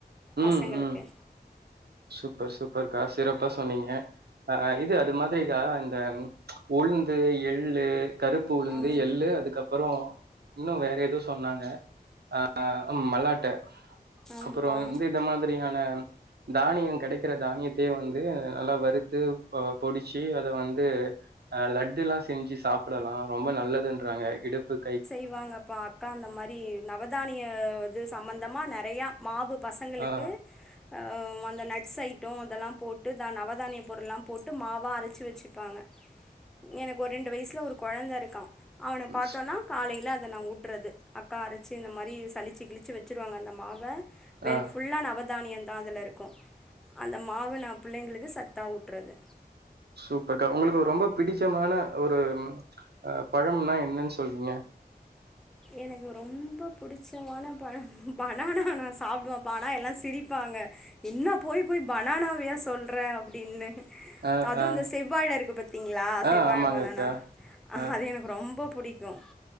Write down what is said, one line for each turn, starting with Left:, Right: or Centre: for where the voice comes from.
Right: ம்,
Centre: பசங்களுக்கு
Right: ம். சூப்பர் சூப்பர்க்கா சிறப்பா சொன்னீங்க ஆ இது அது மாதிரி கா இந்த உளுந்து எள்ளு கருப்பு உளுந்து
Centre: ஆமாம்
Right: எள்ளு அதுக்கப் புறோம் இன்னு வேற எதோ சொன்னாங்க ஆ ம மல்லா ட்ட
Centre: ஆமாம்ப்பா
Right: அப்புறோ வந்து இந்த மாதிரியான தானியோ கெடைக்கற தானியத்தியே வந்து நல்லா வறுத்து பொடிச்சி அத வந்து அ லட்டுலா செஞ்சி சாப்படலா ரொம்ப நல்லதுன்றாங்க இடுப்பு கை
Centre: இவாங்கப்பா கா அந்த மாரி நவதானிய இது சம்பந்தமா நெறைய மாவு பசங்களுக்கு
Right: ஆ
Centre: ஆ அந்த நட்ஸ் ஐட்டோ அதெல்லா போட்டு தா நவதானிய பொருள்லா போட்டு மாவா அரைச்சி வச்சிப்பாங்க எனக்கு ஒரு ரெண்டு வயசுல ஒரு கொழந்த இருக்கா அவன பாத்தோன்னா
Right: ஸ்
Centre: காலையில அத நா ஊட்றது அக்கா அரைச்சி இந்த மாரி சளிச்சி கிழிச்சி வச்சிருவாங்க அந்த மாவ வேறு
Right: ஆ
Centre: ஃபுல்லா நவதானியந்தா அதலரு க்கு அந்த மாவ நா புள்ளைங்களுக்கு சத்தா ஊட்றது
Right: சூப்பர்க்கா உங்குள்க்கு ரொம்ப பிடிச்சமான ஒரு ம் அ பழம்னா என்னன் சொல்வீங்க
Centre: எனக்கு ரொம்ப புடிச்சமான பழன் பனானா நா சாப்டுவம்ப்பா ஆனா எல்லா சிரிப்பாங்க என்ன போய் போய் பனானாவையா சொல்ற அப்டின்னு
Right: ஆ,
Centre: அதூ
Right: ஆ,
Centre: இந்த செவ்வாழ இருக்கு பாத்தீங்ளா
Right: ஆ
Centre: செவ்வாழ
Right: ஆமாங்க.
Centre: பனானா
Right: ஆ.
Centre: அது எனக் ரொம்ப புடிக்கு